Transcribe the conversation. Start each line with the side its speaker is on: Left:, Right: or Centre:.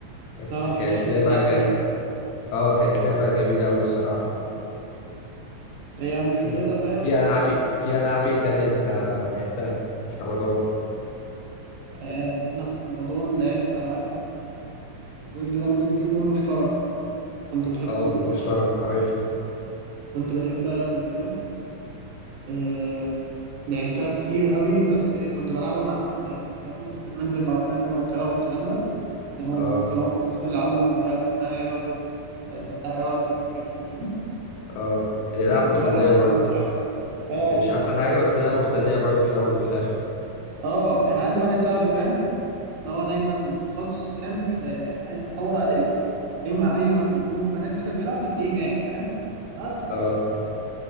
Left: بس
Right: اه
Left: كانت
Right: فكانت
Left: لعبة
Right: تبقى عادية
Left: جا... اه كانت لعبة جميلة أوي الصراحة
Right: هي مشكلتها
Left: أنت في
Right: فاهم
Left: في ألعاب
Right: هي بس
Left: في ألعاب إيه تانية أنت لعبتها في رمضان
Right: آه، انا في رمضان لعبت العاب غير لمس دي جون مشترك كنت بحب
Left: اه
Right: جون
Left: كنت
Right: مشترك
Left: مشترك عارف
Right: كنت بحبها قوي فاهم آه، لعبتها كتير قوي بس كنت بلعبها مع ولاد فاهم ما كنتش بنزل مع بنات المنطقة والكلام ده كانوا
Left: اه
Right: كانوا هم بيقعدوا يلعبوا لعب تانية بقى زي فتحي وردة الحاجات دي فاهم
Left: اه هي لعبة
Right: انا كنت
Left: مسلية
Right: بلعب
Left: برضو
Right: جون مشترك اه
Left: هي مش أحسن حاجة بس لعبة مسلية برضو في الأول وفي الآخر
Right: اه كان عندي واحد صاحبي فاهم ان هو دايما تخصص فاهم تلاقي- عايز تدور عليه اي ما اي مج- جروب بنات كده بيلعب هتلاقيه هناك فاهم عارفه
Left: اه
Right: الشخص ده